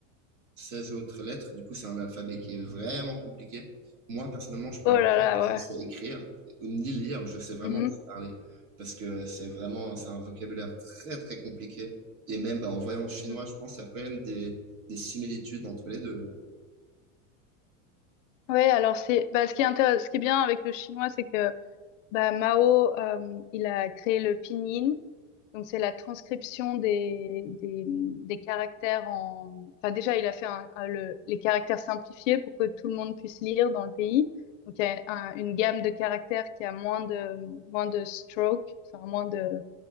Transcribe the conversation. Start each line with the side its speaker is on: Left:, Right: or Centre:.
Right: 16 autres lettres. Du coup, c'est un alphabet qui est vraiment compliqué. Moi, personnellement, je pourrais
Left: Oh
Right: pas
Left: là
Right: dire
Left: là,
Right: que je
Left: ouais.
Right: sais écrire ni lire. Je sais vraiment
Left: Mhm,
Right: juste parler parce que c'est vraiment c'est un vocabulaire très très compliqué. Et même bah, en voyant le chinois,
Left: mhm.
Right: je pense qu'il y a quand même des, des similitudes entre les deux. ouais.
Left: Ouais, alors c'est, bah, ce qui est intéress- ce qui est bien avec le chinois, c'est que Bah, Mao, euh, il a créé le pinyin. Donc, c'est la transcription des, des, des caractères en... Enfin, déjà, il a fait un- un- le- les caractères simplifiés pour que tout le monde puisse lire dans le pays. Donc, il y a un- une gamme de caractères qui a moins de, moins de strokes, enfin, moins de,